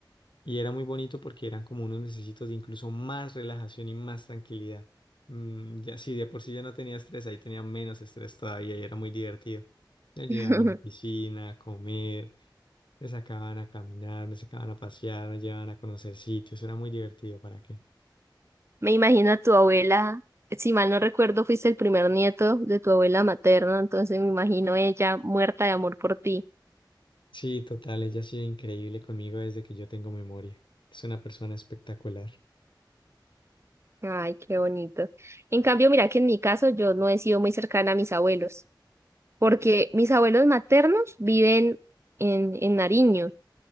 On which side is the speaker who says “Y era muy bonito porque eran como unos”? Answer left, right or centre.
Left